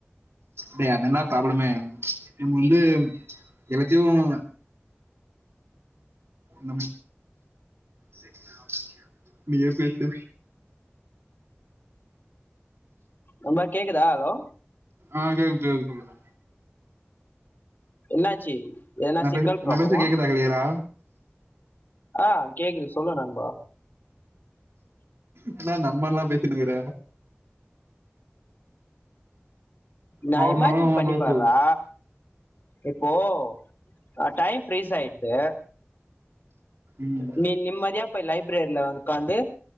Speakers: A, on the right; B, on the left.
A: டேய் அதால்லா ப்ராப்ளமே நம்ம வந்து எல்லாத்தையும் நம சா அப்பா நீயே பேசு
B: ரொம்ப கேக்குதா ஹலோ
A: ஆ கேக்குது சொல்லுங்க
B: என்னாச்சு எதுனா
A: நா
B: சிக்னல்
A: பேச
B: ப்ராப்ளமா
A: நா பேச கேக்குதா கிளியரா
B: ஆ கேக்குது சொல்லு நண்பா
A: என்னா நம்மன்லா பேசினுக்கற
B: நா
A: நார்மலா
B: இமாஜின்
A: நா
B: பண்ணிப்பறா
A: பேசு
B: இப்போ நா டைம் ஃப்ரீஸ் ஆயிட்டு
A: ம்
B: நீ நம்மதியா போய் லைப்ரரில வந்து உக்காந்து